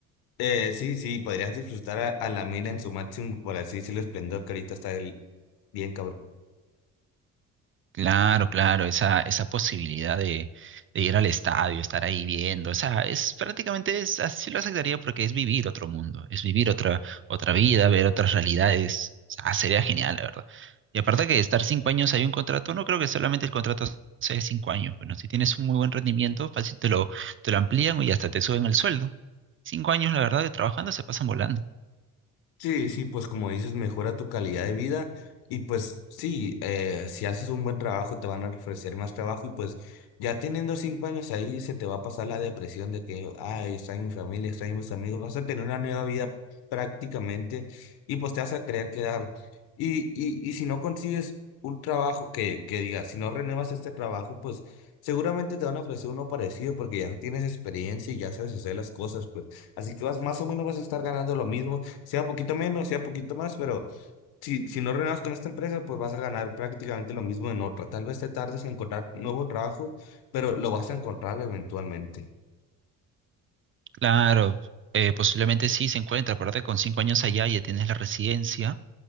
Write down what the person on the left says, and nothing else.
eh, sí, sí, podrías disfrutar a, a la mina en su máximo, por así decirlo, esplendor que ahorita está el- Bien, cabrón.
Sí, sí, pues como dices, mejora tu calidad de vida y pues sí, eh, si haces un buen trabajo te van a ofrecer más trabajo y pues ya teniendo cinco años ahí se te va a pasar la depresión de que, ay, extraño mi familia, extraño mis amigos, vas a tener una nueva vida prácticamente y pues te vas a querer quedar. Y, y, y si no consigues un trabajo que, que diga, si no renuevas este trabajo, pues seguramente te van a ofrecer uno parecido porque ya tienes experiencia y ya sabes hacer las cosas, pues así que vas más o menos vas a estar ganando lo mismo sea poquito menos, sea poquito más, pero si, si no renuevas con esta empresa, pues vas a ganar prácticamente lo mismo en otra. Tal vez te tardes en encontrar nuevo trabajo, pero lo vas a encontrar eventualmente.